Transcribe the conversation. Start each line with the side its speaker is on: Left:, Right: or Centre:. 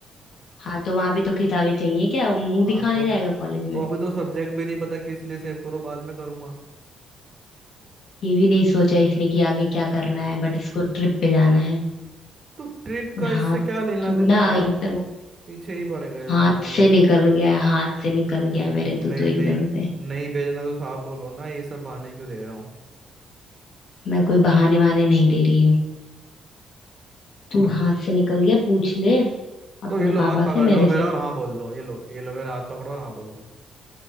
Left: हाँ तो वहां भी तो किताबें चाहिए क्या मुंह
Right: हाँ
Left: दिखाने
Right: तो
Left: जाएगा कॉलेज में
Right: तो अभी तो सब्जेक्ट भी नहीं पता किस लिए सेव करूँ बाद में करूंगा
Left: ये भी नहीं सोचा इसने कि आगे क्या करना है बट इसको ट्रिप पे जाना है
Right: तो ट्रिप का
Left: हाँ
Right: इससे क्या लेना
Left: तू
Right: देना
Left: ना एकदम
Right: आप तो पीछे ही पड़ गए हो
Left: हाथ
Right: बिल्कुल
Left: से
Right: ही
Left: निकल
Right: न-
Left: गया हाथ से निकल गया
Right: नहीं
Left: मेरे तू तो एकदम
Right: नहीं
Left: से
Right: नहीं भेजना तो साफ बोलो ना ये सब बहाने क्यों दे रहे हो
Left: मैं कोई बहाने वहाने नहीं दे रही हूँ तू हाथ से निकल गया पूछ ले
Right: तो
Left: अपने
Right: ये लो हाथ
Left: पापा
Right: पकड़
Left: से
Right: लो
Left: मेरे
Right: मेरा
Left: से
Right: और
Left: मत
Right: हाँ बोल दो ये लो ये लो मेरा हाथ पकड़ो और हाँ बोल दो